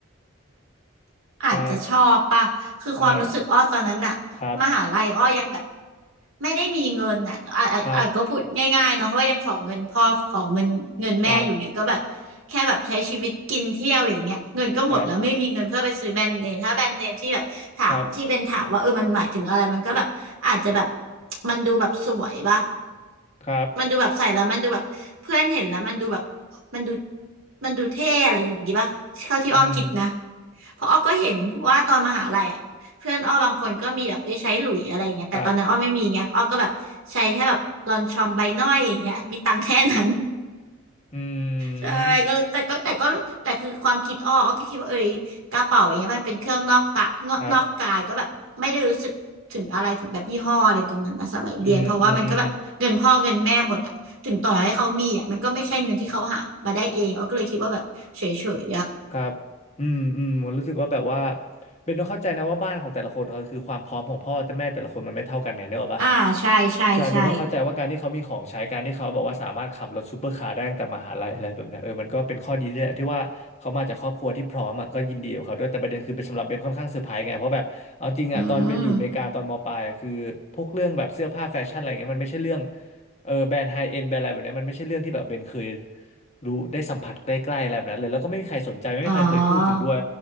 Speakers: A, on the right; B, on the left.
A: อาจจะชอบปะคือความรู้สึกอ้อตอนนั้นน่ะ
B: ใช่ใช่ครับ
A: มหาลัยอ้อยังแบบไม่ได้มีเงินอะอ่ะอ่ะอ่ะก็พูดง่ายๆเนาะเพราะว่ายังขอเงินพ่อขอเงินเงินแม่อยู่เนี่ยก็แบบแค่แบบใช้ชีวิตกินเที่ยวอย่างเงี้ยเงินก็หมดแล้วไม่มีเงินเพื่อไปซื้อแบรนด์เนมถ้าแบรนด์เนมที่แบบถามที่เบนถามว่าเออมันหมายถึงอะไรมันก็แบบอาจจะแบบ
B: ครับครับครับครับ
A: มันดูแบบสวยปะ
B: ครับ
A: มันดูแบบใส่แล้วมันดูแบบเพื่อนเห็นแล้วมันดูแบบมันดูมันดูเท่อะไรอย่างงี้ป่ะเท่าที่อ้อคิดนะ
B: อืม
A: เพราะอ้อก็เห็นว่าตอนมหาลัยอ่ะเพื่อนอ้อบางคนก็มีแบบเอ้ยใช้หลุยอะไรอย่างเงี้ยแต่ตอนนั้นอ้อไม่มีไงอ้อก็แบบใช้แค่แบบลอนชอมใบหน้อยอย่างเงี้ยมีตังค์แค่นั้น
B: ครับอื
A: ใช่ก็แต่ก็แต่ก็แต่คือความคิดอ้ออ้อก็คิดว่าเอ้ยกระเป๋าอย่างเงี้ยมันเป็นเครื่องนอกตะนอกนอกกายก็แบบไม่ได้รู้สึกถึงอะไรถึงแบบยี่ห้ออะไรตรงนั้นนะสมัยเรียนเพราะว่ามันก็แบบเงินพ่อเงินแม่หมดอะถึงต่อให้เขามีอะมันก็ไม่ใช่เงินที่เขาหามาได้เองอ้อก็เลยคิดว่าแบบเฉยๆอะ
B: มครับอืมอืมอืม ครับอืมอืมผมรู้สึกว่าแบบว่าเบนต้องเข้าใจนะว่าบ้านของแต่ละคนเขาคือความพร้อมของพ่อแต่แม่แต่ละคนมันไม่เท่ากันไงเนี่ยหรอกปะ
A: อ่าใช่ใช่ใช่
B: ใช่เบนก็เข้าใจว่าการที่เขามีของใช้การที่เขาบอกว่าสามารถขับรถซูเปอร์คาร์ได้ตั้งแต่มหาลัยอะไรแบบเนี้ยเออมันก็เป็นข้อดีด้วยแหละที่ว่าเขามาจากครอบครัวที่พร้อมอ่ะก็ยินดีกับเขาด้วยแต่ประเด็นคือเป็นสำหรับเบนค่อนข้างเซอร์ไพรส์ไงเพราะแบบเอาจริงอ่ะตอนเบนอยู่อเมริกาตอนมปลายอะคือพวกเรื่องแบบเสื้อผ้าแฟชั่นอะไรเงี้ยมันไม่ใช่เรื่อง
A: อืม
B: เออแบรนด์ไฮเอ็นแบรนด์อะไรแบบเนี้ยมันไม่ใช่เรื่องที่แบบเบนเคย รู้ได้สัมผัสใกล้ๆอะไรแบบนั้นเลยแล้วก็ไม่มีใครสนใจไม่มีใครเคยพูดถึงด้วย
A: อ๋อ